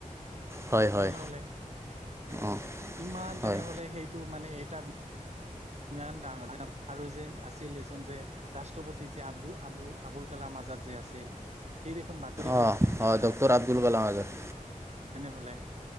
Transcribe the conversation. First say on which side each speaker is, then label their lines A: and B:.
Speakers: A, on the right (about 20°); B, on the right (about 55°).
A: হয় হয়
B: তেনেহলে।
A: অঁ
B: কিমান? তেনেহলে
A: হয়
B: সেইটো মানে এটা ইমান ডাঙৰা আৰু যে আছিল। এজন যে ৰাষ্ট্ৰপতি যে আব আব- আবুল কালাম। যাক আছিল। সি দেখোন বাতৰি কাকত
A: অ',
B: বিক্ৰী
A: অ'
B: কৰা
A: ডক্টৰ
B: আছিল
A: আব্দুল কলাম আজাদ।
B: তেনেহ'লে।